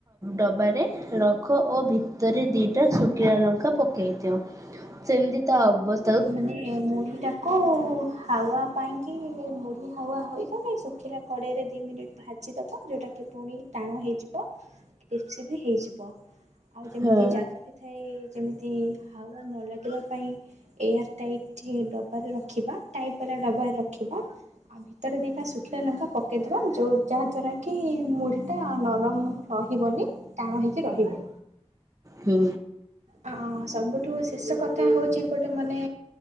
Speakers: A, on the right (about 30°); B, on the right (about 85°).
A: ଡବାରେ ରଖ ଓ ଭିତରେ ଦିଟା ସୁ ଶୁଖିଲାଲଙ୍କା ପକେଇ ଦିଅ। ସେମିତି ତା ଅବସ୍ଥା
B: ମାନେ ମୁଢିଟାକୁ ହାୱା ପାଇଁ କି ମୁଢି ହାୱା ହୋଇବନି ଶୁଖିଲା କଡେଇରେ ଦି ମିନିଟ୍ ଭାଜି ଦବା ଯଉଟାକି କି ପୁଣି ଟାଣ ହେଇଯିବ କ୍ରିସ୍ପି ବି ହେଇଯିବ। ଆଉ ଯେମିତି
A: ହୁଁ
B: ଜାଗା ବି ଥାଏ ଯେମିତି ହାୱା ନ ଲାଗିଲା ପାଇଁ ଏୟାର ଟାଇଟ୍ ଡବାରେ ରଖିବା ଟାଇଟ୍ ବାଲା ଡବାରେ ରଖିବା। ଆଉ ଭିତରେ ଦିଟା ଶୁଖିଲା ଲଙ୍କା ପକେଇଦବା ଯୋଉ ଯାହା ଦ୍ଵାରା କି ମୁଢି ଟା ନରମ ହ ରହିବନି ଟାଣ ହେଇକି ରହିବ।
A: ହୁଁ
B: ଅ ସବୁଠୁ ଶେଷ କଥା ହଉଛି ଗୋଟେ ମାନେ